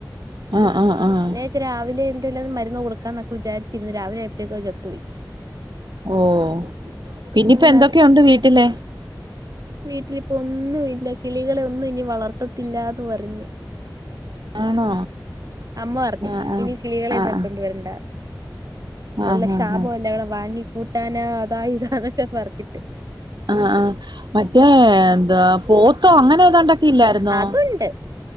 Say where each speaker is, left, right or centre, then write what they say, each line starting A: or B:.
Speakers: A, on the right (about 70°); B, on the right (about 50°).
A: ആഹ് ആഹ് ആഹ്
B: ച്ച് രാവിലെയെന്തേലും അത് മരുന്ന് കൊടുക്കാന്നെക്കെ വിചാരിച്ചിരുന്നു. രാവിലെയായപ്പഴേത്തേക്കത് ചത്ത് പോയി.
A: ഓഹ് പിന്നിപ്പ
B: അങ്ങനെ
A: എന്തൊക്കെയൊണ്ട്
B: അത്
A: വീട്ടില്
B: വീട്ടിലിപ്പോ ഒന്നും ഇല്ല. കിളികളെയൊന്നും ഇനി വളർത്തത്തില്ലാന്ന് പറഞ്ഞ്.
A: ആണോ?
B: അമ്മ പറഞ്ഞ്,
A: ആഹ് ആഹ്
B: ഇനി കിളികളെ
A: ആഹ്
B: തൊട്ടോണ്ട്‌ വരണ്ട.
A: ആഹ്
B: ഉള്ള
A: ആഹ്
B: ശാപയെല്ലാക്കൂടെ വാങ്ങി കൂട്ടാനാ. അതാ ഇതാന്നൊക്കെ പറഞ്ഞിട്ട്.
A: ആഹ് ആഹ് മറ്റേ എന്തൊ പോത്തോ അങ്ങനെ ഏതാണ്ട് ഇല്ലാരുന്നോ?
B: അതുണ്ട്